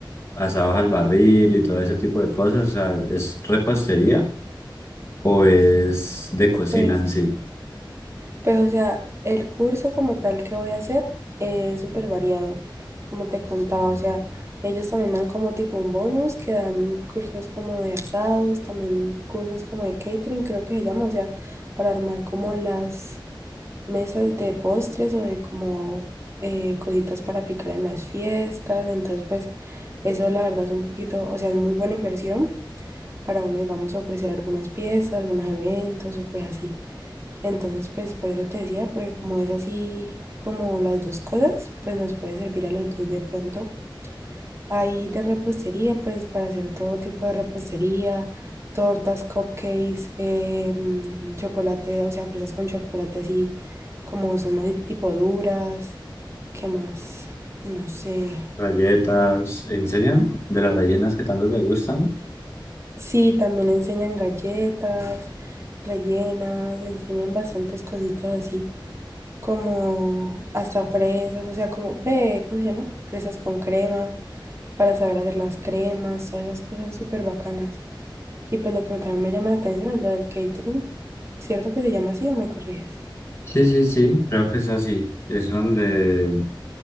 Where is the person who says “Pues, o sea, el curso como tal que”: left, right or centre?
Right